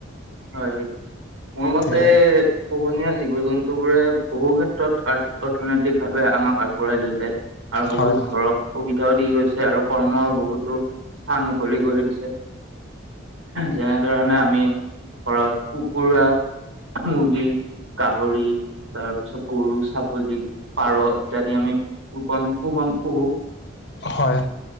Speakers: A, on the right; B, on the left.
A: হয়, মোৰ মতে
B: ঠিক আছে
A: পোহনীয়া জীৱ জন্তু বোৰে বহু ক্ষেত্ৰত অৰ্থনৈতিক ভাৱে আমাক আগবঢ়াই লৈ যায়। আৰু বহুত
B: হয়
A: ঘৰত সুবিধাও দি গৈছে আৰু কৰ্মৰ বহুতো স্থান মুকলি কৰি দিছে। যেনেধৰণে আমি ঘৰত কুকুৰা, মুৰ্গী, গাহৰি, তাৰ পিছত গৰু, ছাগলী, পাৰ ইত্যাদি আমি কপন কুহন পুহু।
B: হয়।